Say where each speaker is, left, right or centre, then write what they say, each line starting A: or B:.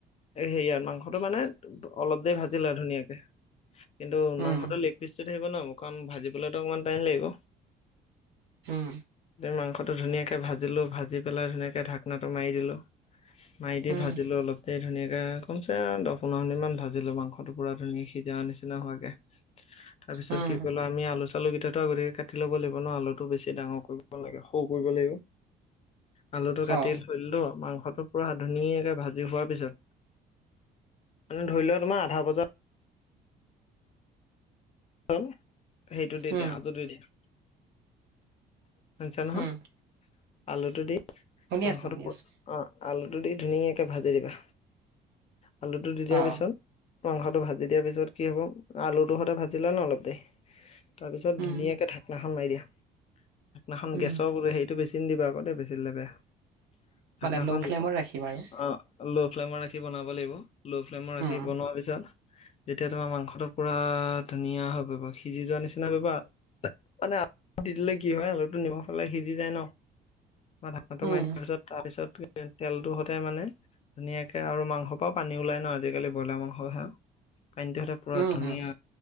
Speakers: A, on the left; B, on the right.
A: সেইয়া মাংসটো মানে অলপ দেৰি ভাজি লোৱা ধুনীয়াকে। কিন্তু মাংসটো
B: উম
A: লেকপিছটো থাকিব নহ কাৰণ ভাজিবলৈতো অকমান টাইম লাগিব।
B: উম
A: মাংসটো ধুনীয়াকে ভাজিলোঁ ভাজি পেলাই ধুনীয়াকে ঢাকনাটো মাৰি দিলোঁ। মাৰি দি
B: উম
A: ভাজিলোঁ অলপ দেৰি ধুনীয়াকে কমচে দহ পোন্ধৰ মিনিট মান ভাজিলোঁ মাংসটো পুৰা ধুনীয়া। যা নিচিনা হোৱাকে তাৰপিছত
B: উম
A: কি ক'লো আমি আলোচ। আলুকেইটাটো আগতীয়াকে কাটি ল'ব লাগিব নহ আলুটো বেছি ডাঙৰ কৰিব লাগে সৰু কৰিব লাগিব। আলুটো কাটি
B: অ
A: থৈ দিলো মাং। টোৰ পৰা ধুনীয়াকে ভাজি হোৱাৰ পিছত। মানে ধৰি লোৱা তোমাৰ আধা ভজাত। হ'ল সেইটোতে
B: উম
A: দিয়া আলুটো দিয়া। <unintelligible> নহয়
B: উম
A: আলুটো দি
B: শুনি
A: মাংসটো
B: আছো শুনি আছো
A: অ আলু। টো দি ধুনীয়াকে ভাজি দিবা আলুটো দি দিয়া
B: অ
A: পিছত মাংসটো ভাজি। দিয়াৰ পিছত কি হ'ব আলুটো সতে ভাজি লোৱা নহ অলপ দেৰি। তাৰপিছত
B: উম
A: ধুনীয়াকে ঢাকনাখন মাৰি দিয়া। সেইনাখন
B: উম
A: গেছৰ হেৰিটো বেচি নিদিবা আকৌ দেই বেছি দিলে বেয়া। ঢাকনাখন
B: মানে ল' ফ্লেমত ৰাখিম আৰু
A: অ ল'ফ্লেমৰ ৰাখি। ৰাখি বনাব লাগিব ল' ফ্লেমৰ ৰাখি
B: উম
A: বনোৱাৰ পিছত। যেতিয়া তোমাৰ মাংসটো পুৰা ধুনীয়া হৈ পৰিব সিজি যোৱা নিচিনা। <unintelligible> দি দিলে কি হয় আলুটো নিমখ পালে সিজি যায় নহ ঢাকনটো
B: উম
A: মাৰি দিয়াৰ পিছত তাৰপিছত। তেলটো সদায় মানে। ধুনীয়াকে আৰু মাংসৰ পৰাও পানী ওলাই নহ আজিকালি ব্ৰইলাৰ মাংসহে। <unintelligible> পুৰা
B: উম
A: ধুনীয়া।
B: উম